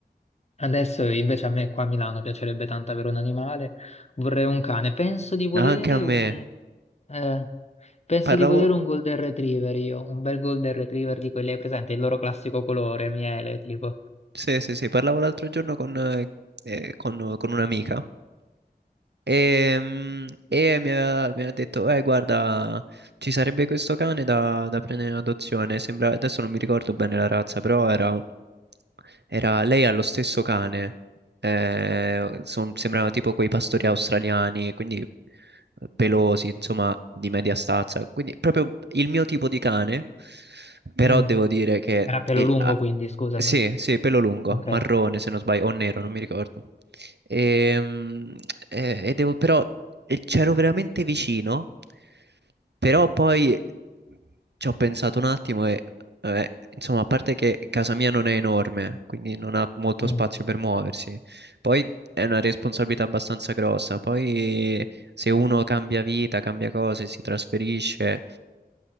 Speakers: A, on the left; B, on the right.
A: Adesso invece a me qua a Milano piacerebbe tanto avere un animale, vorrei un cane, penso di volere
B: Anche a me.
A: un... eh, penso
B: Parlavo.
A: di volere un Golden Retriever io, un bel Golden Retriever di quelli, hai presente, il loro classico colore, miele, tipo.
B: Sì, sì, sì, parlavo l'altro giorno con, eh, eh, con- con un'amica e, mm, e mi ha, mi ha detto, eh, guarda, ci sarebbe questo cane da, da prendere in adozione, sembra, adesso non mi ricordo bene la razza, però era, un- era- lei ha lo stesso cane, eh, son- sembrano tipo quei pastori australiani, quindi pelosi, insomma, di media stazza. Quindi proprio il mio tipo di cane, però
A: Mm,
B: devo dire che...
A: Era pelo
B: il-
A: lungo
B: ah,
A: quindi, scusami.
B: sì, sì, pelo lungo,
A: Ok.
B: marrone se non sbaglio, o nero, non mi ricordo. Ehm, eh, E, devo, però eh, c'ero veramente vicino però poi ci ho pensato un attimo e, eh, insomma, a parte che casa mia non è enorme, quindi non ha molto
A: Mm.
B: spazio per muoversi, poi è una responsabilità abbastanza grossa. Poi se uno cambia vita, cambia cose, si trasferisce,